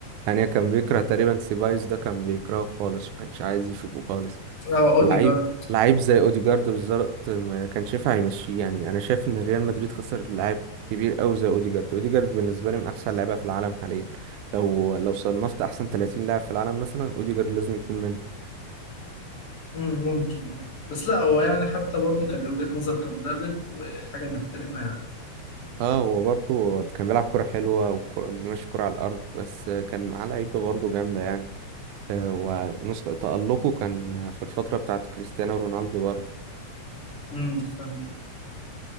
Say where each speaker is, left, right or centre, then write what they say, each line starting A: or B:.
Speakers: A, on the right; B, on the left.
A: يعني كان بيكره تقريبا سيبايوس ده كان بيكرهه خالص وكانش عايز يشوفه خالص
B: اه اوديجارد
A: لعيب لعيب زي اوديجارد بالظبط ما كانش ينفع يمشيه يعني انا شايف ان ريال مدريد خسر لاعب كبير قوي زي اوديجارد اوديجارد بالنسبه لي من احسن اللعيبه في العالم حاليا لو لو صنفت احسن 30 لاعب في العالم مثلا اوديجارد لازم يكون منهم
B: مم، ممكن اه بس لا هو يعني حتى برضه كان له وجهة نظر كمدرب وحاجة نحترمها يعني
A: اه هو برضه كان بيلعب كرة حلوة وماشي كرة على الأرض بس كان معاه لعيبة برضه جامدة يعني آه، ونسخة تألقه كان في الفترة بتاعت كريستيانو رونالدو برضه
B: امم فاهم